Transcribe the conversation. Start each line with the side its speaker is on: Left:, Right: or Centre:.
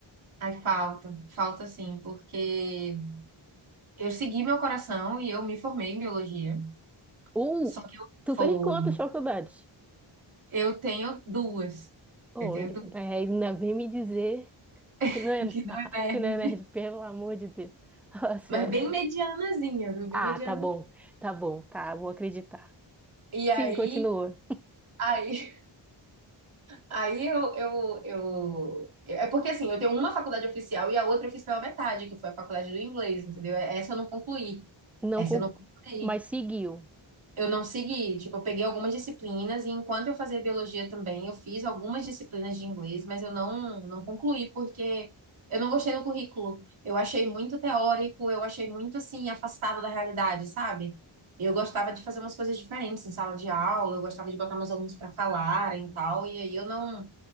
Right: Ai, falta, falta sim, porque Eu segui meu coração e eu me formei em biologia.
Centre: Ou
Right: Só que eu
Centre: tu
Right: foi.
Centre: fez quantas faculdades?
Right: Eu tenho duas.
Centre: Olha,
Right: Eu tenho duas
Centre: aí ainda vem me dizer que
Right: <laughs>
Centre: não é, <laughs>
Right: que não é verde.
Centre: que não é nerd, pelo amor de Deus. <laughs> Fala sério.
Right: Mas bem medianazinha, viu? Bem
Centre: Ah,
Right: mediana.
Centre: tá bom, tá bom, tá, vou acreditar.
Right: E
Centre: Sim,
Right: aí,
Centre: continua.
Right: aí, aí eu, eu, eu... É porque assim, eu tenho uma faculdade oficial e a outra eu fiz pela metade, que foi a faculdade do inglês, entendeu? Essa eu não concluí.
Centre: Não,
Right: Essa
Centre: com-
Right: eu não concluí.
Centre: mas seguiu.
Right: Eu não segui, tipo, eu peguei algumas disciplinas e enquanto eu fazia biologia também, eu fiz algumas disciplinas de inglês, mas eu não, não concluí porque eu não gostei do currículo. Eu achei muito teórico, eu achei muito assim afastado da realidade, sabe? Eu gostava de fazer umas coisas diferentes em sala de aula, eu gostava de botar meus alunos para falarem e tal, e aí eu não,